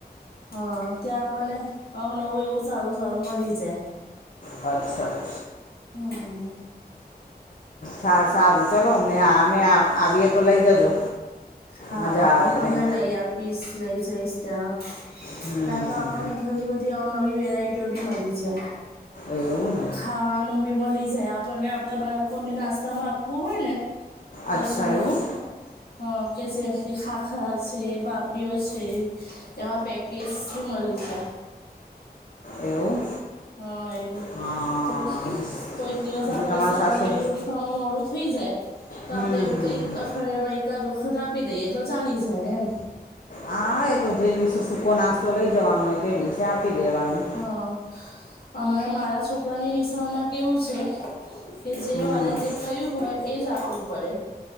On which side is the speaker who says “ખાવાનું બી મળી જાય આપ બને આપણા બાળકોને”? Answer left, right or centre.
Left